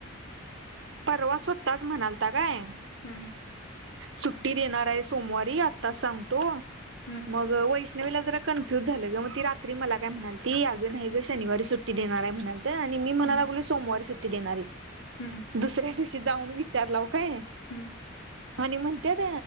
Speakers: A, on the right; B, on the left.
A: परवा स्वताच म्हणालता काय
B: हम्म
A: सुट्टी देणार आहे सोमवारी आत्ताच सांगतो
B: हं,
A: मग वैष्णवीला जरा कन्फ्युज झालं ग मग ती रात्री मला काय म्हणाल ती यागं नाही ग शनिवारी सुट्ट सुट्टी देणार आहे म्हणात आणि मी म्हणायलागले
B: हं,
A: सोमवारी सुट्टी देणार आहे
B: हं,
A: दुसऱ्या दिवशी जाऊन विचारलाव काय
B: हं,
A: आणि म्हणत